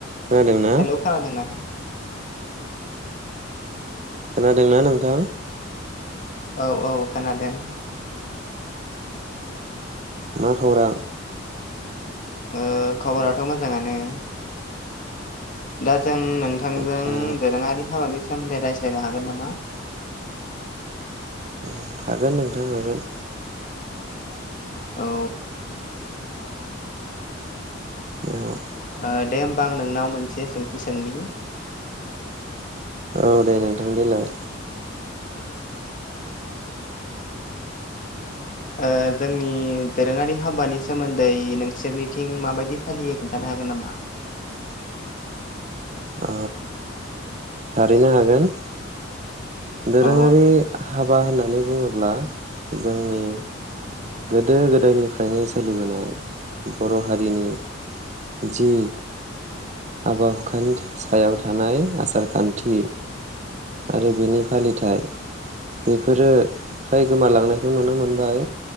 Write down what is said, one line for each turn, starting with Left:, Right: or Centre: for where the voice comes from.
Right: खोनादोंना
Left: <inaudible> हेलौ खोनादोंना?
Right: खोनादोंना नोंथां?
Left: औ औ खोनादों
Right: मा खौरां?
Left: ओ खबराथ' मोजाङानो। दा जों नोंथांजों
Right: आदसा
Left: दोरोङारि हाबानि सोमोन्दै रायज्लायनो हागोन नामा?
Right: ओम हागोन नोंथां हागोन।
Left: औ
Right: औ
Left: ओ दे होनब आं नोंनाव मोनसे सोंथि सोंनि
Right: औ दे नोंथां देलाय।
Left: ओ जोंनि दोरोङारि हाबानि सोमोन्दै नोंसोरनिथिं माबायदि फालियो खोन्थानो हागोन नामा?
Right: अ थारैनो हागोन दोरोङारि
Left: अ
Right: हाब हाबा होननानै बुङोब्ला जोंनि गोदो गोदायनिफ्रायनो सोलिबोनाय बर' हारिनि जि हाबा हुखानि सायाव थानाय आसार खान्थि आरो बेनि फालिथाय बेफोरो फ्राय गोमालांनायखौ नुनो मोनबाय